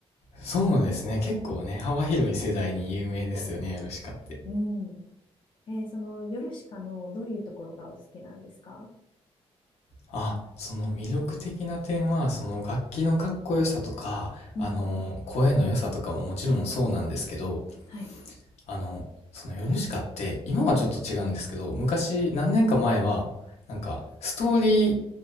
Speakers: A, on the left; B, on the left.
A: そうですね。結構ね、幅広い世代に有名ですよね、ヨルシカって。
B: うん。えーそのヨルシカのどういうところがお好きなんですか
A: あ、その魅力的な点は、その楽器のかっこよさとか、
B: うんうん。
A: あの、声の良さとかももちろんそうなんですけど、
B: はい。
A: あの、そのヨルシカって今はちょっと違うんですけど、昔何年か前はなんかストーリー、